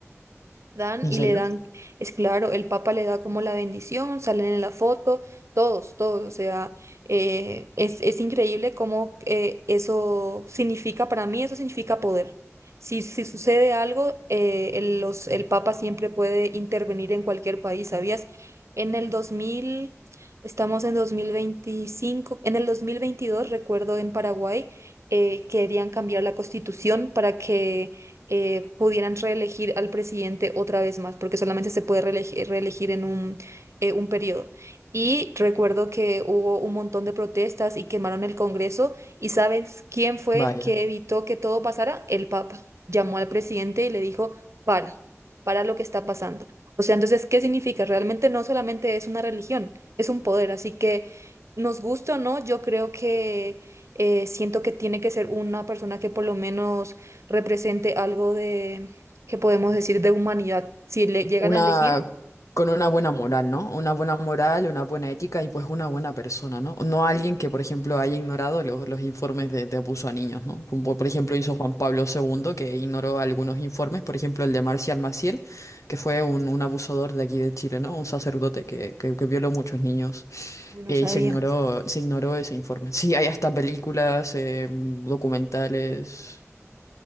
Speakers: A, on the right; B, on the left.
A: Dan
B: ¿En
A: y
B: serio?
A: le dan, es claro, el Papa le da como la bendición, salen en la foto, todos, todos, o sea, eh, es, es increíble cómo eh, eso significa, para mí eso significa poder. Si, si sucede algo, eh, el, los, el Papa siempre puede intervenir en cualquier país, ¿sabías? En el 2000, estamos en 2025, en el 2022, recuerdo en Paraguay, eh, querían cambiar la constitución para que eh, pudieran reelegir al presidente otra vez más, porque solamente se puede reelegi- reelegir en un, eh, un periodo. Y recuerdo que hubo un montón de protestas y quemaron el Congreso. ¿Y sabes quién fue
B: Vaya.
A: que evitó que todo pasara? El Papa. Llamó al presidente y le dijo, para, para lo que está pasando. O sea, entonces, ¿qué significa? Realmente no solamente es una religión, es un poder. Así que, nos gusta o no, yo creo que eh, siento que tiene que ser una persona que por lo menos represente algo de, que podemos decir, de humanidad. Si le llegan
B: una,
A: a elegir,
B: con una buena moral, ¿no? Una buena moral, una buena ética y pues una buena persona, ¿no? No alguien que, por ejemplo, haya ignorado los, los informes de, de abuso a niños, ¿no? Como por por ejemplo hizo Juan Pablo segundo que ignoró algunos informes, por ejemplo el de Marcial Maciel, que fue un, un abusador de aquí de Chile, ¿no? Un sacerdote que, que, que violó muchos niños
A: uy, no
B: eh,
A: sabía.
B: y se ignoró, se ignoró ese informe. Sí, hay hasta películas, eh, documentales,